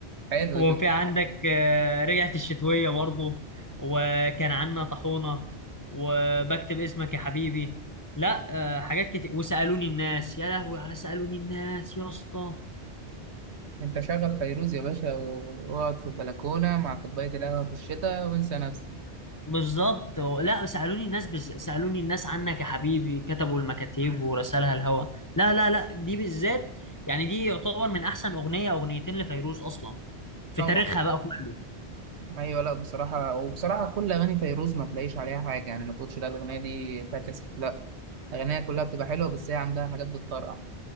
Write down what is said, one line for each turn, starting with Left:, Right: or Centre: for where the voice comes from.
Right: حلو
Left: وفي
Right: يبقى
Left: عندك آه، رجعت الشتوية برضو وكان عنا طحونة وبكتب اسمك يا حبيبي لا آه، حاجات كتير وسألوني الناس يا لهوي على سألوني الناس يا اسطى
Right: انت شغل فيروز يا باشا واقعد في البلكونة مع كوباية القهوة في الشتاء وانسى نفسك
Left: بالظبط لا سألوني الناس بز... سألوني الناس عنك يا حبيبي كتبوا المكاتيب ورسالها الهوا لا لا لا دي بالذات يعني دي يعتبر من أحسن أغنية أغنيتين لفيروز أصلا في
Right: طبعا
Left: تاريخها بقى كله
Right: ايوه لا بصراحه وبصراحه كل اغاني فيروز ما تلاقيش عليها حاجه يعني ما تقولش لا الاغنيه دي فاكس لا اغانيها كلها بتبقى حلوه بس هي عندها حاجات بتطرقع